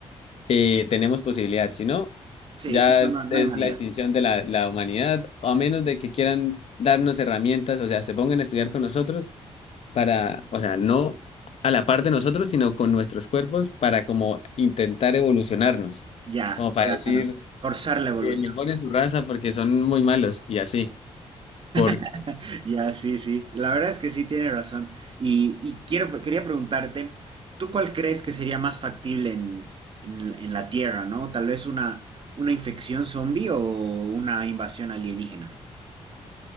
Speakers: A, on the left (about 65°); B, on the right (about 50°).
A: eh, tenemos posibilidad. Si no,
B: Sí,
A: ya
B: sí, no, no, no
A: es
B: hay manera.
A: la extinción de la, la humanidad, o a menos de que quieran darnos herramientas, o sea, se pongan a estudiar con nosotros. para, o sea, no a la par de nosotros, sino con nuestros cuerpos para como intentar evolucionarnos,
B: Ya,
A: como para
B: claro.
A: decir,
B: Forzar la evolución.
A: eh, mejoren su raza porque son muy malos y así. Por,
B: <laughs> Ya, sí, sí. La verdad es que sí tiene razón. Y, y quiero, quería preguntarte, ¿tú cuál crees que sería más factible en, en- en la Tierra, ¿no? Tal vez una, una infección zombie o una invasión alienígena.